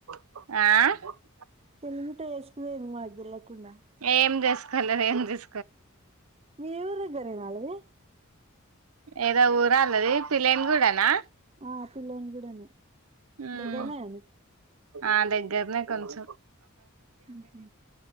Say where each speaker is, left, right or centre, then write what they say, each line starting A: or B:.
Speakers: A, on the right; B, on the right.
A: ఆ
B: తెనిట్ట వేసుకుపోయేది మాకు తెలువ కుండా
A: ఏం చేసుకోలేదు ఏం చేస్
B: మీ ఊరి దగ్గరనేనా వాళ్ళది
A: ఏదో ఊరా అన్నది పిళ్లని కూడానా
B: ఆ పిల్లోని కూడానే
A: ఉం
B: దగ్గరనేనా
A: ఆ దగ్గర్నె కలిస
B: ఉహు